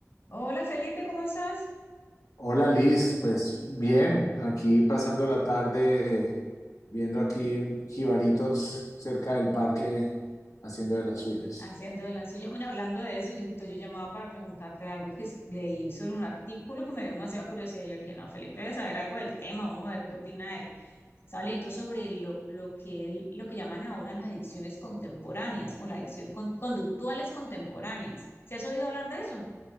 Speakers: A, on the left; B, on the left.
A: Hola Felipe, ¿cómo estás?
B: Hola Liz, pues bien, aquí pasando la tarde viendo aquí jibaritos cerca del parque haciendo de las suyas.
A: Haciendo de la suya. Bueno, hablando de eso, yo, justo yo llamaba para preguntarte algo que s- leí sobre un artículo que me dio demasiada curiosidad. Yo le dije, no, Felipe debe saber algo del tema, vamos a ver qué opina él. Estaba leyendo sobre lo, lo que él- lo que llaman ahora las adicciones contemporáneas o la adicción con- conductuales contemporáneas. ¿Se has oído hablar de eso?